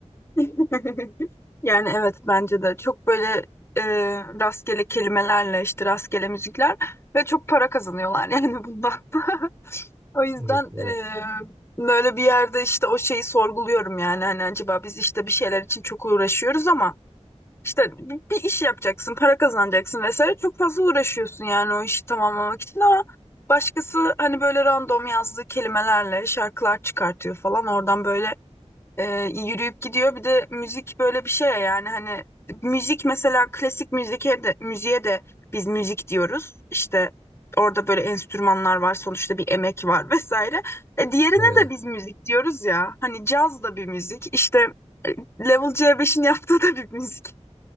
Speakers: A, on the left; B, on the right.
A: <laughs> Yani evet bence de çok böyle e, rastgele kelimelerle işte rastgele müzikler ve çok para kazanıyorlar yani bundan. <laughs> O yüzden
B: Evet, evet.
A: e, böyle bir yerde işte o şeyi sorguluyorum yani hani acaba biz işte bir şeyler için çok uğraşıyoruz ama İşte bir, bir iş yapacaksın, para kazanacaksın vesaire. Çok fazla uğraşıyorsun yani o işi tamamlamak için ama başkası hani böyle random yazdığı kelimelerle şarkılar çıkartıyor falan. Oradan böyle e, yürüyüp gidiyor. Bir de müzik böyle bir şey ya yani hani müzik mesela klasik müziğe de, müziğe de biz müzik diyoruz. İşte orada böyle enstrümanlar var, sonuçta bir emek var <laughs> vesaire. E, diğerine
B: Evet,
A: de biz müzik diyoruz ya. Hani caz da bir müzik. İşte e, Level C5'in yaptığı da bir müzik.